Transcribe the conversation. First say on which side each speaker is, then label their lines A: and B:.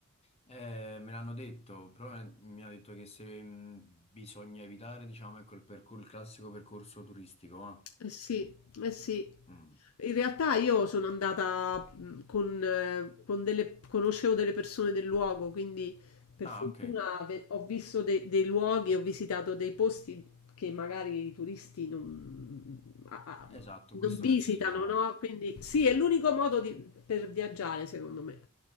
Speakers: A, on the left (about 30°); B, on the left (about 65°).
A: Eh, me l'hanno detto, però me- mi ha detto che se mm, bisogna evitare, diciamo, ecco il, percor- il classico percorso turistico, va?
B: Eh sì, eh sì.
A: Mm.
B: In realtà io sono andata mh, con, eh, con delle, conoscevo delle persone del luogo, quindi per
A: Ah,
B: fortuna
A: ok.
B: ve- ho visto de- dei luoghi, ho visitato dei posti che magari i turisti non, a- a-
A: Esatto, questo
B: non visitano,
A: penso sia...
B: no? Quindi sì, è l'unico modo di- per viaggiare, secondo me.